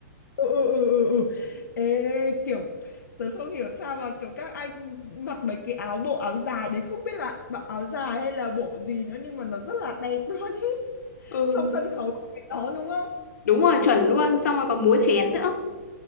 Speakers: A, on the left; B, on the left.
A: ừ ừ ừ ừ. ừ. ê kiểu tớ không hiểu sao mà kiểu các anh mặc mấy cái áo bộ áo dài đấy không biết là bộ áo dài hay là bộ gì nữa nhưng mà nó rất là đẹp <laughs> luôn ý
B: Ừ,
A: xong sân khấu có cái đó đúng không
B: đúng rồi, chuẩn luôn, xong rồi còn múa chén nữa.